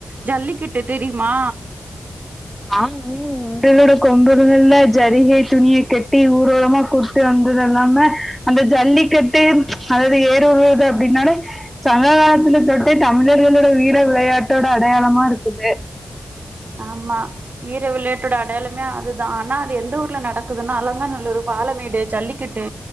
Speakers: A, on the right; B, in the centre.
A: ஜல்லிக்கட்டு தெரிமா
B: ஆம் ம் <unintelligible> கொம்பு இருந்துருந்தா ஜரிகை துணிய கட்டி ஊர்வலமா கூட் ட்டு வந்தது இல்லாம அந்த ஜல்லிக்கட்டு அதாது ஏறுஉழுர்து அப்டின்னாலே சங்க காலத்துல தொட்டே தமிழர்களோட வீர விளையாட்டோட அடையாளமா இருக்குது
A: ஆமா வீர விளையாட்டோட அடையாளமே அதுதா ஆனா அது எந்த ஊர்ல நடக்குது துன்னா அலாங்காநல்லூரு பாலமேடு ஜல்லிக்கட்டு